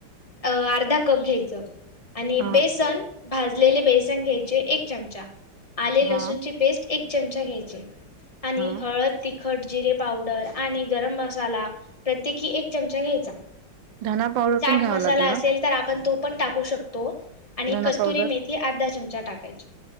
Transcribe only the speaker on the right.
हा
हा
हा
धना पावडर
पण घ्यावा
लागेल
ना
धना
पावडर